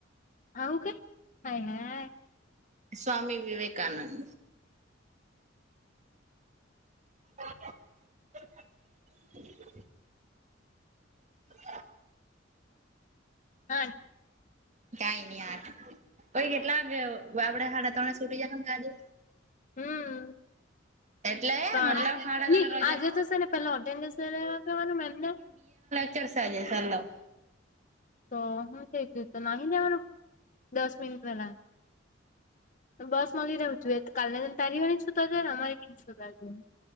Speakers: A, on the left (about 40°); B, on the right (about 40°).
A: આવું કે હાય હાય
B: સ્વામી વિવેકાનંદ <inaudible> <inaudible>
A: હા
B: કાંઈ નહિ આઠ પછી કેટલા આગે આપણે સાડા તણે સુટી જાહુ કે સાંજે?
A: હમ
B: એટલે
A: પણ
B: મતલબ સાડા
A: ની
B: ત્રણ રજા
A: આજે તો સેને પેલા એટેન્ડન્સ લઈ લેવા કેવાનું મેમને
B: જલસા છે ફર લો
A: તો હું કેય કે તો નાહી જવાનું? દસ મિનિટ પેલા બસ મલી રેવું જૂએ તો કાલના જેમ તારી હોની છૂતવા જુએ ને અમારી બી ની છૂતવા જુએ.